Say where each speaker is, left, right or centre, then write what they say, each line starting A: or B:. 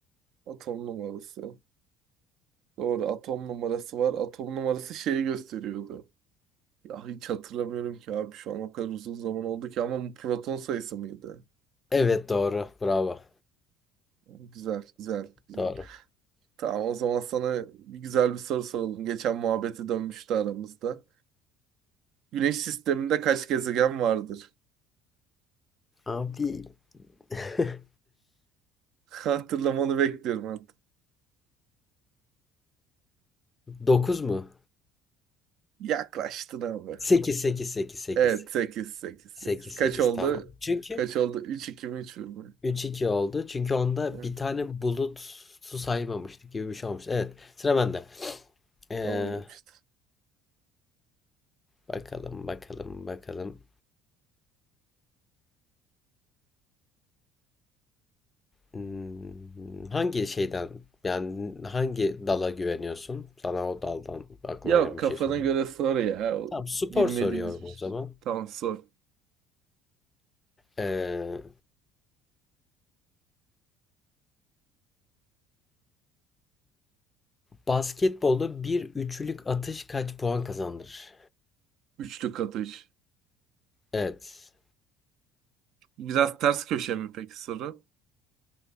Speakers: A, on the right; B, on the left.
A: atom numarası. Doğru atom numarası var. Atom numarası şeyi gösteriyordu. Ya hiç hatırlamıyorum ki abi şu an o kadar uzun zaman oldu ki ama bu proton sayısı mıydı?
B: Evet doğru. Bravo.
A: Güzel, güzel, güzel.
B: Doğru.
A: Tamam o zaman sana bir güzel bir soru soralım. Geçen muhabbeti dönmüştü aramızda. Güneş sisteminde kaç gezegen vardır?
B: Abi <laughs>
A: <laughs> Hatırlamanı bekliyorum artık.
B: 9 mu?
A: Yaklaştın abi.
B: Sekiz sekiz sekiz sekiz
A: Evet 8 8 8.
B: sekiz
A: Kaç
B: sekiz
A: oldu?
B: tamam. Çünkü
A: Kaç oldu? 3 2 mi 3 mü?
B: 3 2 oldu. Çünkü onda
A: Hı,
B: bir tane bulut su saymamıştık gibi bir şey olmuş. Evet, sıra bende. Ee,
A: Tamam yapıştır.
B: Bakalım, bakalım, bakalım. Hmm, hangi şeyden yani hangi dala güveniyorsun? Sana o daldan aklıma
A: Yok
B: gelen
A: kafana
B: bir şey sorayım.
A: göre sor ya. O
B: Tamam, spor
A: Bilmediğimiz
B: soruyorum
A: bir
B: o
A: şey.
B: zaman.
A: Tamam sor.
B: Ee, basketbolda bir üçlük atış kaç puan kazandırır?
A: Üçlü katı üç.
B: Evet.
A: Biraz ters köşe mi peki soru?